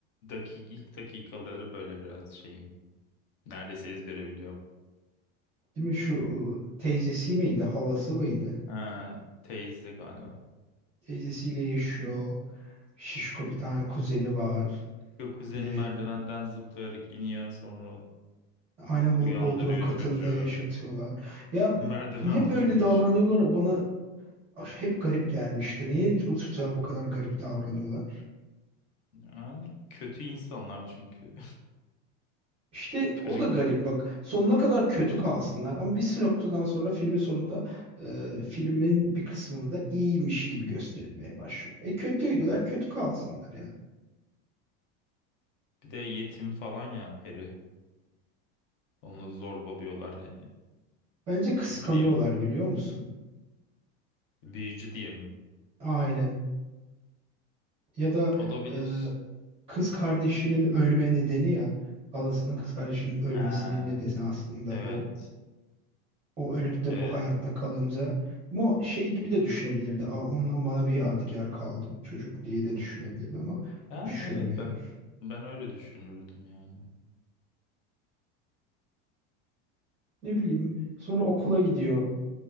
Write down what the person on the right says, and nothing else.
değil mi şu ıı, teyzesi miydi? Halası mıydı?
Teyzesiyle yaşıyor. Şişko bir tane kuzeni var.
Bir de
aynen bunu
Bodrum katında
yaşatıyorlar.
Ya
niye
böyle davranıyorlar?
Bana hep garip gelmişti. Niye bu çocuğa bu kadar garip davranıyorlar?
İşte
o da garip bak. Sonuna kadar kötü kalsınlar ama bir noktadan sonra filmin sonunda e, filmin bir kısmında iyiymiş gibi gösterilmeye başlıyor. E kötüydüler, kötü kalsınlar yani.
Bence kıskanıyorlar
biliyor musun?
Aynen. Ya da
e, kız kardeşinin ölme nedeni ya halasının kız kardeşinin ölmesinin
nedeni aslında
o. O ölüp de
bu hayatta kalınca ama o şey gibi de düşünebilirdi. Aa, ondan bana bir yadigar kaldı bu çocuk diye de düşünebilirdi ama
düşünmüyor.
Ne bileyim. Sonra okula gidiyor.